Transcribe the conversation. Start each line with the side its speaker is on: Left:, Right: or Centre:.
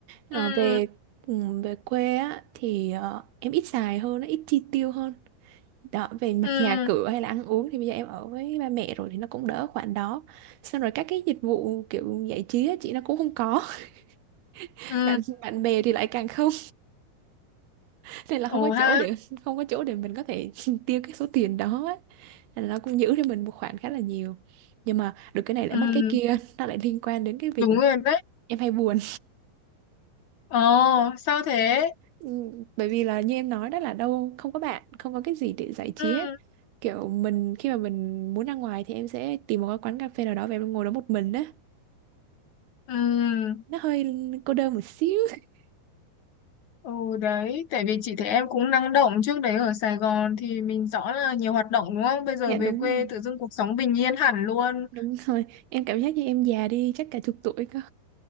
Right: Ờ,
Left: ừ
Right: về ừ, về quê á thì ờ, em ít xài hơn, nó ít chi tiêu hơn. Đó, về mặt
Left: ừ
Right: nhà cửa hay là ăn uống thì bây giờ em ở với ba mẹ rồi thì nó cũng đỡ khoản đó. Xong rồi các cái dịch vụ kiểu giải trí á, chị nó cũng không có. <laughs>
Left: ừ
Right: Bạn bạn bè thì lại càng không, <laughs> nên là
Left: ổn
Right: không có
Left: ha
Right: chỗ để không có chỗ để mình có thể <laughs> tiêu cái số tiền đó á. Nên là nó cũng giữ cho mình một khoản khá là nhiều. Nhưng mà được cái này lại
Left: ừ
Right: mất cái kia, <laughs> nó lại liên quan đến cái việc
Left: đúng
Right: là
Left: rồi đấy
Right: em hay buồn.
Left: ồ sao thế
Right: Ừ, bởi vì là như em nói đó là đâu không có bạn không có cái gì để giải trí
Left: ừ
Right: hết kiểu mình khi mà mình muốn ra ngoài thì em sẽ tìm một cái quán cà phê nào đó và em ngồi đó một mình đó
Left: ừ
Right: nó hơi cô đơn một xíu <laughs>
Left: Ừ đấy, tại vì chị thấy em cũng năng động trước đấy ở Sài Gòn thì mình rõ là nhiều hoạt động đúng không? Bây giờ
Right: dạ
Left: về
Right: đúng
Left: quê
Right: rồi
Left: tự dưng cuộc sống bình yên hẳn luôn.
Right: đúng rồi em cảm giác như em già đi chắc cả chục tuổi cơ